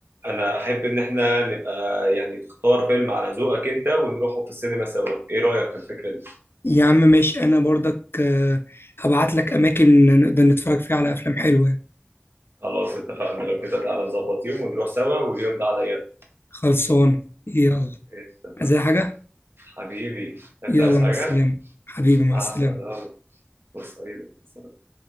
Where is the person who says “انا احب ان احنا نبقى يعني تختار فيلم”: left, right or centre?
Right